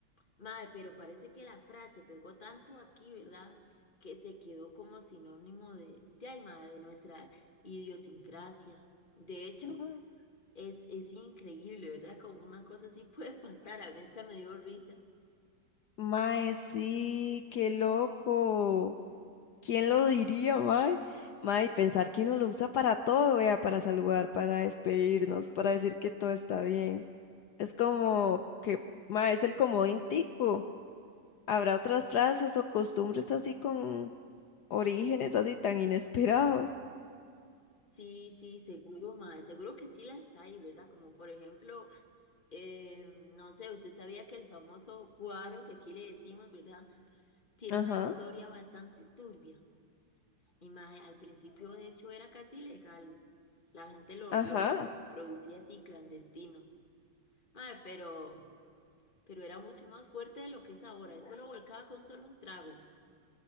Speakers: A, on the left (about 30°); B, on the left (about 65°).
A: Mae, pero parece que la frase pegó tanto aquí, ¿verdad? Que se quedó como sinónimo de, de, ay, mae, de nuestra idiosincrasia. De hecho,
B: Ah.
A: es, es increíble, ¿verdad? Como una cosa así <laughs> puede pasar. A mí esta me dio risa.
B: Mae, sí, qué loco. ¿Quién lo diría, mae? Mae, pensar que uno lo usa para todo, vea, para saludar, para despedirnos, para decir que todo está bien. Es como que, mae, es el comodín tico. Habrá otras frases o costumbres así con orígenes así tan inesperados.
A: Sí, sí, seguro, mae. Seguro que sí las hay, ¿verdad? Como por ejemplo, eh, no sé, usted sabía que el famoso cuaro que aquí le decimos, ¿verdad? Tiene
B: Ajá,
A: una historia bastante turbia. Y mae, al principio de hecho era casi ilegal. La gente lo,
B: ajá.
A: lo, lo producía así clandestino. Mae, pero, pero era mucho más fuerte de lo que es ahora. Eso lo volcaba con solo un trago.